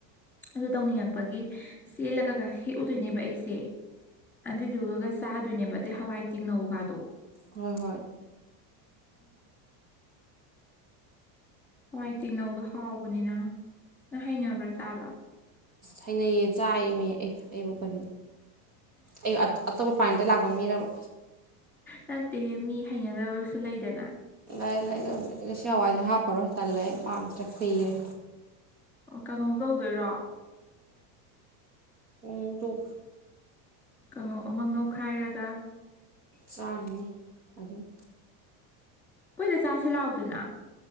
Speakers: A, in the centre; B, on the right.
A: ꯑꯗꯨ ꯇꯧꯅꯤꯡꯉꯛ ꯒꯤ ꯆꯦꯜꯂꯒ ꯍꯦꯛꯎꯗꯣꯏꯅꯦꯕ ꯑꯩꯁꯦ ꯑꯗꯨꯏꯗꯨꯒ ꯆꯥꯗꯣꯏꯅꯦꯕ ꯑꯗꯩ ꯍꯋꯥꯏ ꯇꯦꯡꯅꯧꯒꯗꯣ
B: ꯍꯣꯏ ꯍꯣꯏ
A: ꯍꯏ ꯇꯦꯡꯅꯧꯗꯣ ꯍꯥꯎꯕꯅꯤꯅ ꯅꯪ ꯍꯩꯅꯕ꯭ꯔꯥ ꯆꯥꯕ
B: ꯍꯥꯏꯅꯩꯌꯦ ꯆꯥꯏꯃꯦ ꯑꯦ ꯑꯩꯕꯨ ꯀꯔꯤ ꯑꯩ ꯑꯇꯣꯞꯄ ꯄꯥꯗ ꯂꯥꯛꯄ ꯃꯤꯔꯕ
A: ꯅꯠꯇꯦꯍꯦ ꯃꯤ ꯍꯩꯅꯗꯕꯁꯨ ꯂꯩꯗꯅ
B: ꯂꯥꯏ ꯂꯥꯏꯁꯤ ꯍꯋꯥꯏꯁꯦ ꯍꯥꯞꯄꯔꯣꯏ ꯇꯜꯂꯦ ꯑꯩ ꯄꯝꯇ꯭ꯔ ꯈꯨꯨꯏꯔꯦ
A: ꯑꯣ ꯀꯩꯅꯧ ꯇꯧꯗꯣꯏꯔꯣ
B: ꯄꯨꯡ ꯇꯣꯛ
A: ꯀꯥꯡꯉꯧ ꯑꯃ ꯉꯧꯈꯥꯏꯔꯒ
B: ꯆꯥꯔꯅꯤ ꯑꯗꯨꯝ
A: ꯑꯩꯈꯣꯏꯗ ꯆꯁꯤꯦ ꯂꯥꯛꯗꯅ